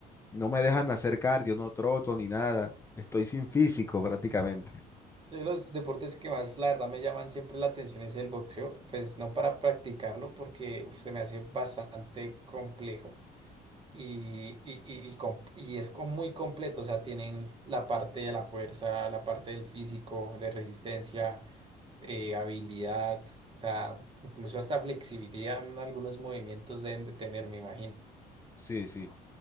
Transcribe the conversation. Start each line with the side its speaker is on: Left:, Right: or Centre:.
Left: no me dejan hacer cardio, no troto ni nada, estoy sin físico prácticamente.
Right: Yo los deportes que más, la verdad, me llaman siempre la atención es el boxeo, pues no para practicarlo porque uf, se me hace bastante complejo y, y, y, y com- y es co- muy completo, o sea, tienen la parte de la fuerza, la parte del físico, de resistencia, eh, habilidad, o sea, incluso hasta flexibilidad en algunos movimientos deben de tener, me imagino.
Left: Sí, sí,